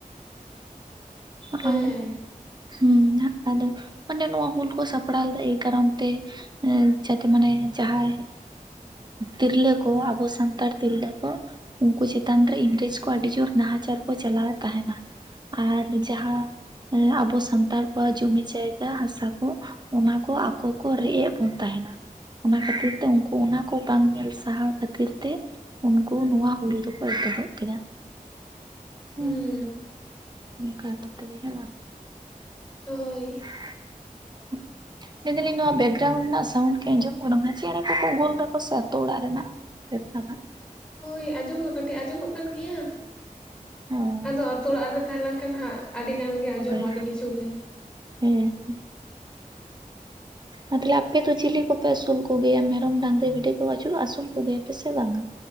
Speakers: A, on the right; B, in the centre.
A: ᱚᱸ
B: ᱦᱮᱸ
A: ᱦᱩᱸ ᱦᱟᱜ ᱟᱫᱚ ᱚᱰᱮ ᱱᱚᱣᱟ ᱦᱩᱞ ᱠᱚ ᱥᱟᱯᱲᱟᱣ ᱞᱮ ᱮᱭ ᱠᱟᱨᱚᱱ ᱛᱮ᱾ ᱮ ᱡᱟᱛᱮ ᱢᱟᱱᱮ ᱡᱟᱦᱟᱸᱭ ᱛᱤᱨᱞᱟᱹ ᱠᱚ ᱟᱵᱚ ᱥᱟᱱᱛᱟᱲ ᱛᱤᱨᱞᱟᱹ ᱠᱚ᱾ ᱩᱱᱠᱩ ᱪᱮᱛᱟᱱ ᱨᱮ ᱤᱝᱨᱮᱡᱽ ᱠᱚ ᱟᱹᱰᱤ ᱡᱳᱨ ᱱᱟᱦᱟᱪᱟᱨ ᱠᱚ ᱪᱟᱞᱟᱣ ᱮᱫ ᱛᱟᱦᱮᱱᱟ ᱟᱨ ᱡᱟᱦᱟᱸ ᱟᱵᱚ ᱥᱟᱱᱛᱟᱲ ᱠᱚᱣᱟᱜ ᱡᱚᱢᱤ ᱡᱟᱭᱜᱟ ᱦᱟᱥᱟ ᱠᱚ- ᱚᱱᱟ ᱠᱚ ᱟᱠᱚ ᱠᱚ ᱨᱮᱡ ᱮᱫ ᱵᱚᱱ ᱛᱟᱦᱮᱱᱟ᱾ ᱚᱱᱟ ᱠᱷᱟᱹᱛᱤᱨ ᱛᱮ ᱩᱱᱠᱩ ᱚᱱᱟ ᱠᱚ ᱵᱟᱝ ᱧᱮᱞ ᱥᱟᱦᱟᱣ ᱠᱷᱟᱹᱛᱤᱨ ᱛᱮ- ᱩᱱᱠᱩ ᱱᱚᱣᱟ ᱦᱩᱞ ᱫᱚᱠᱚ ᱮᱛᱚᱦᱚᱵ ᱠᱮᱫᱟ ᱦᱮᱸ᱾
B: ᱦᱩᱸ
A: <unintelligible> ᱚᱱᱠᱟ ᱠᱟᱛᱮᱜ ᱜᱮ ᱦᱮᱸ ᱵᱟᱝ᱾
B: ᱦᱳᱭ᱾
A: ᱪᱮ <unintelligible> ᱢᱮᱱ ᱫᱟᱞᱤᱧ ᱱᱚᱣᱟ ᱵᱮᱠᱜᱨᱟᱣᱩᱱᱰ ᱨᱮᱱᱟᱜ ᱥᱟᱣᱩᱱᱰ ᱜᱮ ᱟᱸᱡᱚᱢ ᱚᱜ ᱠᱟᱱᱟ ᱢᱟᱱᱮ ᱪᱮᱬᱮ ᱠᱚ ᱠᱚ ᱜᱳᱞ ᱫᱟᱠᱚ ᱥᱮ ᱟᱛᱳ ᱚᱲᱟᱜ ᱨᱮᱱᱟᱜ᱾ ᱪᱮᱫ ᱠᱟᱱᱟ?
B: ᱦᱳᱭ ᱟᱸᱡᱚᱢ ᱫᱚ ᱠᱟᱹᱴᱤᱡ ᱟᱸᱡᱚᱢᱚᱜ ᱠᱟᱱ ᱜᱮᱭᱟ
A: ᱦᱚᱸ
B: ᱟᱫᱚ ᱟᱛᱳ ᱚᱲᱟᱜ ᱨᱮ ᱛᱟᱦᱮᱸ ᱞᱮᱱᱠᱷᱟᱱ ᱦᱟᱸᱜ ᱟᱹᱰᱤ ᱜᱟᱱ ᱜᱮ ᱟᱸᱡᱚᱢᱚᱜ-ᱟ
A: ᱦᱳᱭ
B: ᱟᱹᱰᱤ ᱠᱤᱪᱷᱩ ᱜᱮ᱾
A: ᱦᱮᱸ᱾ ᱟ ᱛᱟᱦᱚᱞᱮ ᱟᱯᱮ ᱫᱚ ᱪᱤᱞᱤ ᱠᱚᱯᱮ ᱟᱹᱥᱩᱞ ᱠᱚ ᱜᱮᱭᱟ ᱢᱮᱨᱚᱢ, ᱰᱟᱝᱨᱤ, ᱵᱷᱤᱰᱤ ᱠᱚ ᱟᱹᱪᱩᱞᱚᱜ ᱟᱹᱥᱩᱞ ᱠᱚ ᱜᱮᱭᱟ ᱯᱮ ᱥᱮ ᱵᱟᱝ-ᱟ?